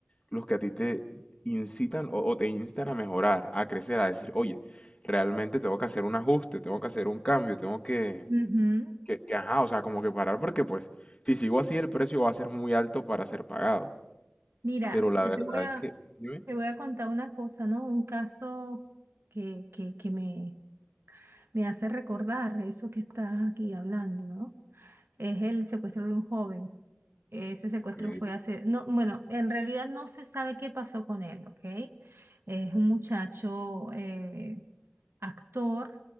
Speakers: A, on the left (about 25°); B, on the right (about 80°).
A: los que a ti te incitan o, o te instan a mejorar, a crecer, a decir, oye, realmente tengo que hacer un ajuste, tengo que hacer un cambio, tengo que
B: Ujú.
A: que, que, ajá, o sea, como que parar porque pues si sigo así el precio va a ser muy alto para ser pagado.
B: Mira,
A: Pero la
B: yo
A: verdad
B: te voy a,
A: es que, dime,
B: te voy a contar una cosa, ¿no? Un caso que, que, que me, me hace recordar eso que estás aquí hablando, ¿no? Es el secuestro de un joven. eh, Ese secuestro
A: ok,
B: fue hace, no, bueno, en realidad no se sabe qué pasó con él, ¿ok? Es un muchacho, eh, actor,